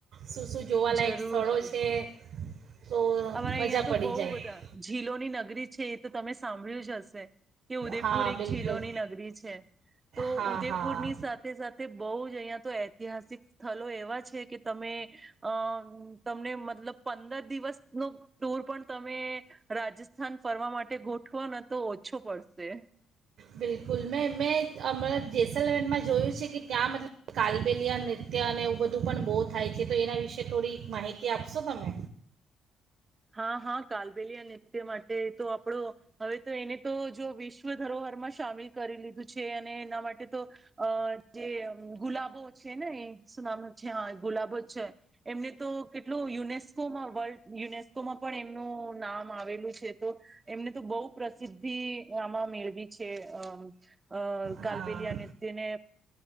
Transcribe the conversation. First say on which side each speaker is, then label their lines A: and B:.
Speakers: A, on the right (about 75°); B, on the right (about 25°).
A: શું શું જોવાલાયક
B: જરૂરથી
A: સ્થળો છે તો
B: અમારા
A: મજા
B: અહિયાં તો
A: પડી
B: બહુ
A: જાય
B: બધા, ઝીલોની નગરી છે. એ તો તમે સાંભળ્યું જ હશે કે ઉદયપુર
A: હા
B: એક
A: બિલકુલ
B: ઝીલોની નગરી છે. તો
A: હા
B: ઉદયપુરની
A: હા
B: સાથે, સાથે બહુ જ અહિયા તો એ ઐતિહાસિક સ્થળો એવા છે. કે તમે અ, તમને મતલબ પંદર દિવસ નો ટુર પણ તમે રાજસ્થાન ફરવા માટે ગોઠવો ને તો ઓછો પડશે.
A: બિલકુલ મેં મેં અમે જેસલમેરમાં જોયું છે, કે ત્યાં મતલબ કાલબેલિયા નૃત્ય અને એવું બધું પણ બહુ થાય છે. તો એના વિશે થોડી માહિતી આપશો તમે?
B: હા, હા કાલબેલિયા નૃત્ય માટે તો આપણો હવે તો, એને તો જો વિશ્વ ધરોહરમાં સામેલ કરી લીધું છે. અને એના માટે તો અ જે ગુલાબો છે, ને એ શું નામ છે? હા ગુલાબો જ છે. એમને તો કેટલું યુનિયન <unintelligible> માં વર્લ્ડ યુનેસ્ પણ એમનું નામ આવેલું છે. તો એમને તો બહ પ્રસિદ્ધિ આમાં મેળવી છે. અમ અ કાલબેલિયા
A: હા
B: નૃત્યને